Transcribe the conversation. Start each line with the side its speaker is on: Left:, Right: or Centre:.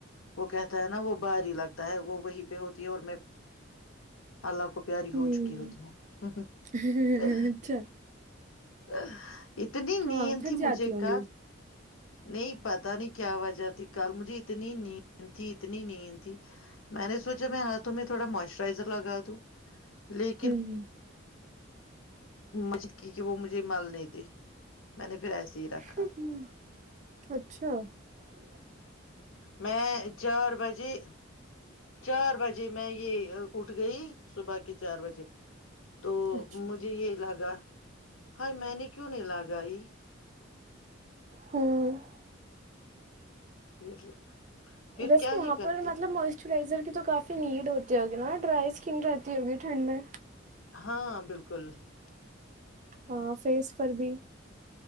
Left: وہ کہتا ہے نا وہ باری لگتا ہے وہ وہی پہ ہوتی ہے اور میں اللہ کو پیاری
Right: ہوں
Left: ہو چکی ہوتی
Right: اچھا
Left: ہے ہ ا <inaudible> اتنی
Right: ہاں
Left: نی
Right: تھک
Left: تھی
Right: جاتی
Left: مجھے
Right: ہوں
Left: ک
Right: گی
Left: نہیں پتا نہیں کیا وجہ تھی کل مجھے اتنی اتنی نیند تھی اتنی نیند تھی میں نے سوچا میں ہاتھوں میں تھوڑا موئسچرائزر لگا دوں لیکن
Right: ہوں ہ <unintelligible>
Left: مجد کی کہ وہ مجھے مل نہیں تھے میں نے پھر ایسے ہی رکھا
Right: ہ اچھا <unintelligible>
Left: میں ج <unintelligible> چار بجے چار بجے میں یہ اٹھ گئی صبح کے چار بجے تو
Right: اچھا
Left: مجھے یہ لگا ہائی میں نے کیوں نہیں لاگائی
Right: ہوں <unintelligible>
Left: پھر <unintelligible>
Right: ویسے
Left: کیا
Right: وہاں
Left: ہی کرتی
Right: پر مطلب موسچرائزر تو کافی نیڈ ہوتی ہوگی نا ڈرائی اسکن رہتی ہوگی ٹھنڈ میں
Left: ہاں بالکل <unintelligible>
Right: ہاں فیس پر بھی